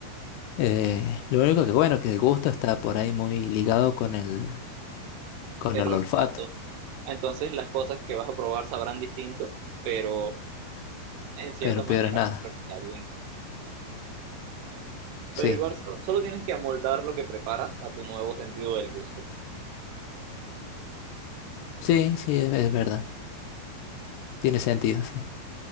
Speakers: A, on the left; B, on the right.
A: Eh, lo único que bueno, que el gusto está por ahí muy ligado con el, con
B: pero
A: el
B: olfato.
A: olfato,
B: Entonces las cosas que vas a probar sabrán distinto, pero en cierta
A: pero
B: manera
A: peor es nada.
B: creo que está bien.
A: Sí,
B: Pero igual solo, solo tienes que amoldar lo que preparas a tu nuevo sentido del gusto.
A: sí, sí, es, es verdad. Tiene sentido, sí.